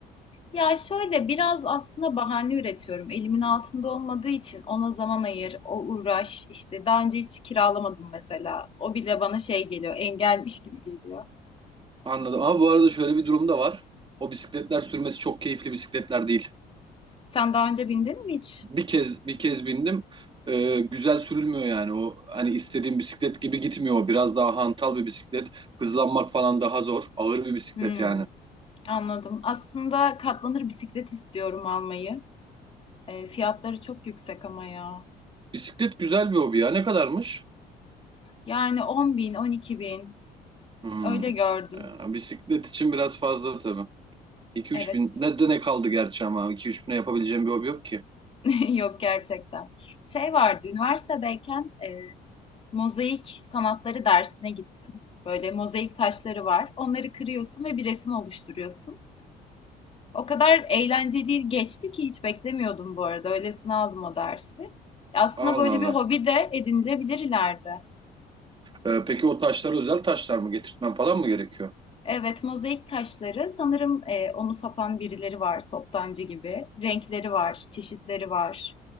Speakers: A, on the left; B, on the right.
A: Ya şöyle biraz aslında bahane üretiyorum. Elimin altında olmadığı için ona zaman ayır, o uğraş. İşte daha önce hiç kiralamadım mesela. O bile bana şey geliyor, engelmiş gibi geliyor.
B: Anladım. Ama bu arada şöyle bir durum da var. O bisikletler sürmesi çok keyifli bisikletler değil.
A: Sen daha önce bindin mi hiç?
B: bir kez bir kez bindim. Ee, güzel sürülmüyor yani o hani istediğim bisiklet gibi gitmiyor. O Biraz daha hantal bir bisiklet. Hızlanmak falan daha zor. Ağır bir bisiklet
A: Hmm,
B: yani.
A: anladım. Aslında katlanır bisiklet istiyorum almayı. E, fiyatları çok yüksek ama ya.
B: Bisiklet güzel bir hobi ya. Ne kadarmış?
A: Yani 10 bin, 12 bin
B: Hmm.
A: öyle gördüm.
B: Ee, bisiklet için biraz fazla tabii. iki
A: Evet.
B: üç bin. Ne de ne kaldı gerçi ama. iki üç bine yapabileceğim bir hobi yok ki.
A: <laughs> Yok gerçekten. Şey vardı, üniversitedeyken e, mozaik sanatları dersine gittim. Böyle mozaik taşları var. Onları kırıyorsun ve bir resim oluşturuyorsun. O kadar eğlenceli geçti ki hiç beklemiyordum bu arada. Öylesine aldım o dersi. Aslında
B: Allah
A: böyle
B: Allah.
A: bir hobi de edinilebilir ileride.
B: Ee, peki o taşlar özel taşlar mı? Getirtmem falan mı gerekiyor?
A: Evet, mozaik taşları. Sanırım e, onu satan birileri var, toptancı gibi. Renkleri var, çeşitleri var.